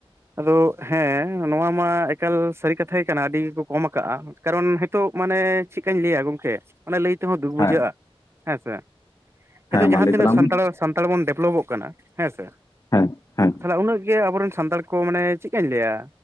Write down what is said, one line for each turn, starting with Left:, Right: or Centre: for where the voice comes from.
Right: ᱟᱫᱚ ᱦᱮᱸ ᱱᱚᱣᱟ ᱢᱟ ᱮᱠᱟᱞ ᱥᱟᱹᱨᱤ ᱠᱟᱛᱷᱟ ᱜᱮ ᱠᱟᱱᱟ ᱟᱹᱰᱤ ᱜᱮᱠᱚ ᱠᱚᱢ ᱟᱠᱟᱟᱜᱼᱟ ᱠᱟᱨᱚᱱ ᱦᱤᱛᱚᱜ ᱢᱟᱱᱮ ᱪᱮᱠᱟᱹᱧ ᱞᱟᱹᱭᱟ ᱜᱚᱝᱠᱮ ᱚᱱᱟᱮ ᱞᱟᱹᱭ ᱛᱮᱦᱚᱸ ᱫᱩᱠ ᱵᱩᱡᱷᱟᱹᱜᱼᱟ
Left: ᱦᱮᱸ
Right: ᱦᱮᱸᱥᱮ ᱦᱮᱸ ᱛᱳ
Left: ᱢᱟ
Right: ᱡᱟᱦᱟᱸ
Left: ᱞᱟᱹᱭ
Right: ᱛᱤᱱᱟᱹᱜ
Left: ᱛᱟᱞᱟᱝ
Right: ᱥᱟᱱᱛᱟᱲ
Left: ᱢᱮ
Right: ᱥᱟᱱ ᱥᱟᱱᱛᱟᱲ ᱵᱚᱱ ᱰᱮᱵᱷᱚᱞᱚᱯ ᱚᱜ ᱠᱟᱱᱟ ᱦᱮᱸᱥᱮ
Left: ᱦᱮᱸ ᱦᱮᱸ
Right: ᱛᱟᱦᱚᱞᱮ ᱩᱱᱟᱹᱜ ᱜᱮ ᱟᱵᱚᱨᱮᱱ ᱥᱟᱱᱛᱟᱲ ᱠᱚ ᱠᱚ ᱢᱟᱱᱮ ᱪᱮᱫᱠᱟᱹᱧ ᱞᱟᱹᱭᱟ